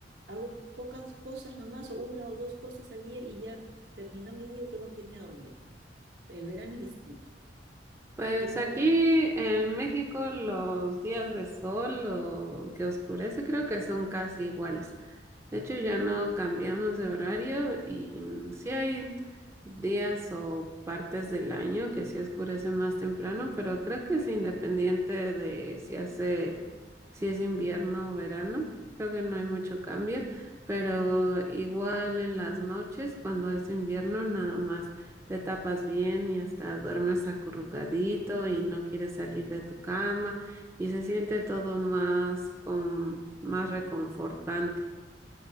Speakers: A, on the right (about 65°); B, on the right (about 15°).
A: hago pocas cosas nomás, o una o dos cosas al día y ya terminó mi día y tengo que irme a dormir. El verano es distinto.
B: Pues
A: Yo creo
B: aquí
A: que...
B: en México los días de sol o que oscurece creo que son casi iguales. De hecho, ya no cambiamos de horario y mm, sí hay días o partes del año que sí oscurece más temprano, pero creo que es independiente de si hace, si es invierno o verano. Creo que no hay mucho cambio, pero igual en las noches, cuando es invierno, nada más te tapas bien y hasta duermes acurrucadito y no quieres salir de tu cama y se siente todo más con más reconfortante.